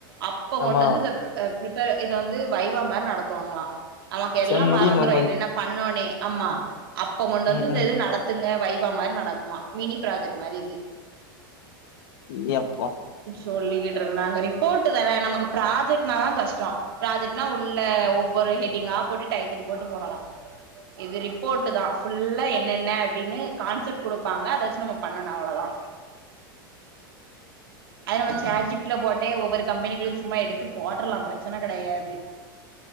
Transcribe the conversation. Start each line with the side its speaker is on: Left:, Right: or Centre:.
Right: அப்ப
Left: ஆமா
Right: கொண்டு வந்து இத பிரிபேர் இத வந்து வைவா மாரி நடத்துவாங்களா நமக்கு எல்லா
Left: செம் முடியும்
Right: மறந்துறு
Left: போம்போது
Right: என்னென்ன பண்ணோனே ஆமா அப்ப கொண்டு
Left: ம்
Right: வந்து இந்த
Left: ம்
Right: இது நடத் துங்க வைவா மாரி நடக்குமா மினி ப்ராஜெக்ட் மாரி இது
Left: ஏ அப்பா
Right: சொல்லிகிட்டு இருந்தாங்க ரிப்போர்ட் தான நமக்கு ப்ராஜெக்ட்னாதா கஷ்டோ ப்ராஜெக்ட்னா உள்ள ஒவ்வொரு ஹெட்டிங்கா போட்டு டைட்டில் போட்டு போடனு இது ரிப்போட்டு தா ஃபுல்லா என்னென்ன அப்டின்னு கான்செப்ட் குடுப்பாங்க அத வச்சு நம்ம பண்ணணு அவ்ளதா அது நம்ம சாட் ஜீ பீட்டில போட்டே ஒவ்வொரு கம்பெனிகுளு சும்மா எடுத்து போட்ரலா பிரச்சன கெடையாது